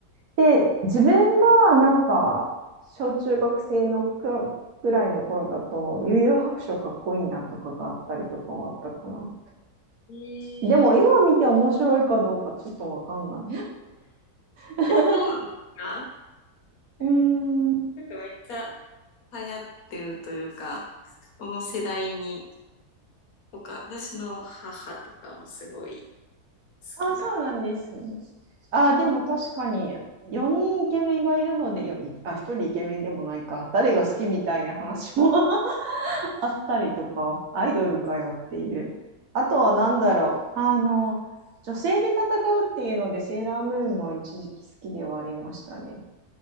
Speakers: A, on the right; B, on the left.
A: で、自分がなんか、小中学生のくらぐらいの頃だと、幽遊白書かっこいいなとかがあったりとかはあったかな。
B: ええ
A: でも今見て面白いかどうかちょっとわかんない。<laughs>
B: そうなんですかうん。
A: うーん、
B: なんかめっちゃ流行ってるというか、その世代に他、私の母とかもすごい好
A: あ、
B: きだった。
A: そうなんですね。あ、でも確かに4人イケメンがいるので、よあ、1人イケメンでもないか、誰が好きみたいな話も <laughs> あったりとか、アイドルかよっていう。あとは何だろう。あの、女性で戦うっていうので、セーラームーンも一時期好きではありましたね。